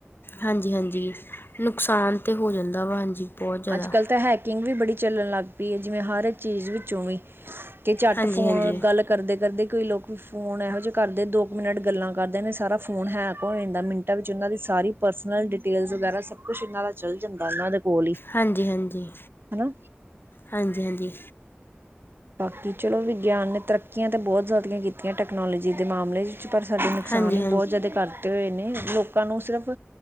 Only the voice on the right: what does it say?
ਅੱਜ ਕੱਲ੍ਹ ਤਾਂ ਹੈਕਿੰਗ ਵੀ ਬੜੀ ਚੱਲਣ ਲੱਗ ਪਈ ਹੈ, ਜਿਵੇਂ ਹਰ ਚੀਜ਼ ਵਿੱਚੋਂ ਵੀ ਕੇ ਚਟ,
ਫੋਨ
ਗੱਲ ਕਰਦੇ-ਕਰਦੇ ਕਈ ਲੋਕ ਫੋਨ ਏਹੋ ਜੇ ਕਰਦੇ ਦੋ ਕੁ ਮਿਨਟ ਗੱਲਾਂ ਕਰਦੇ ਨੇ। ਸਾਰਾ ਫੋਨ ਹੈਕ ਹੋ ਜਾਂਦਾ ਮਿੰਟ ਵਿੱਚ ਔਨਾਂ ਦੀ ਸਾਰੀ ਪਰਸਨਲ ਡਿਟੇਲਸ ਵਗੈਰਾ, ਸਭ ਕੁਛ ਇਨਾਂ ਦਾ ਚੱਲ ਜਾਂਦਾ ੳਨਾਂ ਦੇ ਕੋਲ ਈ
ਹੈਲੋ।
ਬਾਕੀ ਚਲੋ, ਵਿਗਿਆਨ ਨੇ ਤਰੱਕੀਆਂ ਤੇ ਬਹੁਤ ਜ਼ਾਦੀਆਂ ਕੀਤੀਆਂ, ਟੈਕਨੋਲੋਜੀ ਦੇ ਮਾਮਲੇ 'ਚ। ਪਰ ਸਾਡੇ ਨੁਕਸਾਨ
ਬਹੁਤ ਜ਼ਾਦਾ ਕਰਤੇ ਹੋਏ ਨੇ ਲੋਕਾਂ ਨੂੰ ਸਿਰਫ